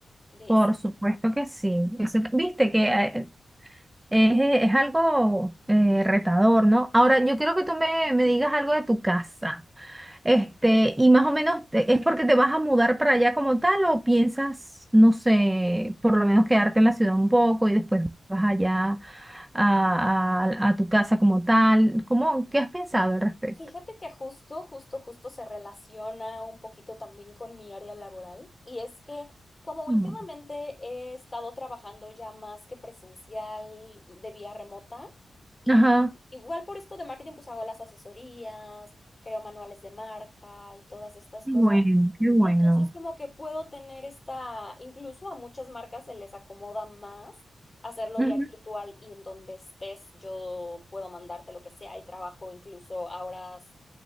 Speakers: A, on the left (about 30°); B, on the right (about 15°).
A: de...
B: por supuesto que sí. Eso- viste que eh, Es, eh, es algo eh, retador, ¿no? Ahora, yo quiero que tú
A: Ujú.
B: me, me digas algo de tu casa. Este, y más o menos, te- ¿es porque te vas a mudar para allá como tal o piensas, no sé, por lo menos quedarte en la ciudad un poco y después vas allá a, a- a tu casa como tal? ¿Cómo, qué has pensado al respecto?
A: Fíjate que justo, justo, justo se relaciona un poquito también con mi área laboral y es que como últimamente
B: Mm,
A: he estado trabajando ya más que presencial de vía remota y
B: Ajá.
A: igual por esto de marketing pues hago las asesorías, creo manuales de marca y todas estas
B: Qué
A: cosas.
B: bueno, qué bueno.
A: Entonces, como que puedo tener esta, incluso a muchas marcas se les acomoda más hacerlo
B: Ujú,
A: vía virtual y en donde estés yo puedo mandarte lo que sea y trabajo incluso a horas,